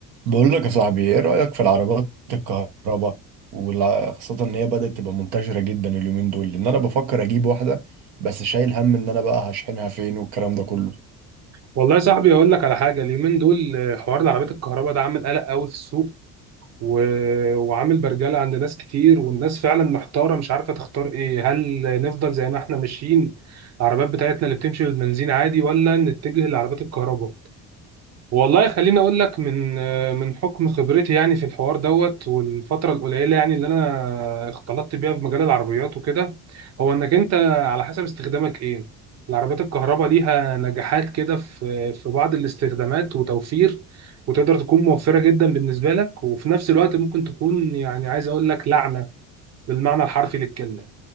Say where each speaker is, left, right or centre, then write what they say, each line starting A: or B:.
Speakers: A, on the right; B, on the right.
A: بقول لك يا صاحبي ايه رأيك في العربيات الكهرباء وخاصة ان هي بدأت تبقى منتشرة جدا اليومين دول لان انا بفكر اجيب واحدة بس شايل هم ان انا بقى هشحنها فين والكلام ده كله
B: والله يا صاحبي اقول لك على حاجه اليومين دول آه، حوار العربيات الكهرباء ده عامل قلق قوي في السوق و... وعامل برجله عند ناس كتير والناس فعلا محتاره مش عارفه تختار ايه هل نفضل زي ما احنا ماشيين العربيات بتاعتنا اللي بتمشي بالبنزين عادي ولا نتجه لعربيات الكهرباء والله خليني اقول لك من من حكم خبرتي يعني في الحوار دوت والفتره القليله يعني اللي انا اختلطت بيها في مجال العربيات وكده هو انك انت على حسب استخدامك ايه العربيات الكهرباء ليها نجاحات كده في في بعض الاستخدامات وتوفير وتقدر تكون موفره جدا بالنسبه لك وفي نفس الوقت ممكن تكون يعني عايز اقول لك لعنه بالمعنى الحرفي للكلمه